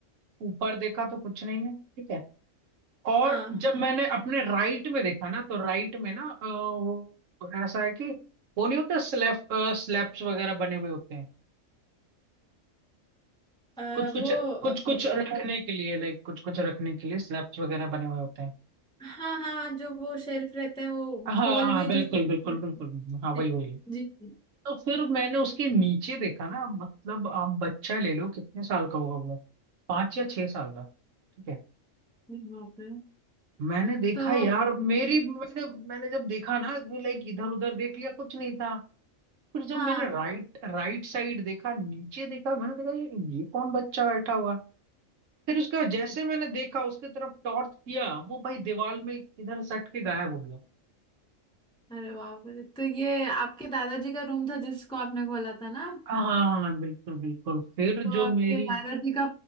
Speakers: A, on the right (about 75°); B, in the centre.
A: ऊपर देखा तो कुछ नहीं है ठीक है और
B: हाँ
A: जब मैंने अपने राइट में देखा ना तो राइट में ना अ, वो ऐसा है कि वो नहीं होता स्लैब स्लैब्स वगैरह बने हुए होते हैं
B: अ,
A: कुछ कुछ
B: वो
A: कुछ कुछ रखने के लिए लाइक कुछ कुछ रखने के लिए स्लैब्स वगैरह बने हुए होते हैं
B: हाँ हाँ जो वो शेल्फ रहते हैं वो
A: हाँ
B: वॉल
A: हाँ
B: में ही
A: बिल्कुल
B: जो शेल्फ
A: बिल्कुल
B: रहते
A: बिल्कुल बिल्कुल, हाँ वही
B: हैं
A: वही
B: जी जी
A: तो फिर मैंने उसके नीचे देखा ना मतलब आप बच्चा ले लो कितने साल का होगा वो पांच या छह साल का ठीक है
B: जी, बाप रे
A: मैंने देखा
B: तो
A: यार मेरी मैंने मैंने जब देखा ना लाइक इधर उधर देख लिया कुछ नहीं था फिर जब
B: हाँ
A: मैंने राइट राइट साइड देखा नीचे देखा मैंने देखा ये ये कौन बच्चा बैठा हुआ है? फिर उसका जैसे मैंने देखा उसके तरफ टॉर्च किया वो भाई दीवार में इधर सट के गायब हो गया
B: अरे बाप रे तो ये आपके दादाजी का रूम था जिसको आपने खोला था ना
A: हाँ हाँ हाँ, हाँ, बिल्कुल बिल्कुल फिर जो
B: तो आपके
A: मेरी
B: दादाजी का